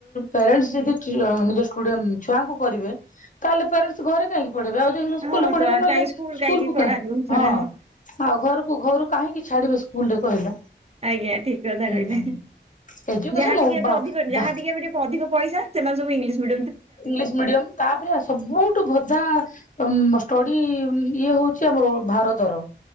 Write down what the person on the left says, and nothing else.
ପ୍ୟାରେଣ୍ଟସ୍ ଯଦି ନିଜ ଛୁଆଙ୍କୁ କରିବେ ତାହେଲେ ପ୍ୟାରେଣ୍ଟସ୍ ଘରେ କାହିଁକି ପଢ଼େଇବେ ଆଉ ଯଦି
ସ୍କୁଲରେ ପଢ଼େଇବେ
ନହେଲେ
ସ୍କୁଲ
କାହିଁକି
ହଁ ଆଉ ଘରକୁ ଘରୁ କାହିଁକି ଛାଡିବେ ସ୍କୁଲ ରେ କହିଲ?
ହୁଁ
ଏଜୁକେସନ
ବା
ବା
ଇଂଲିଶ ମିଡ଼ିୟମ୍। ତାପରେ ସବୁଠୁ ବଧା ଷ୍ଟଡି ଇଏ ହଉଛି ଆମର ଭାରତର।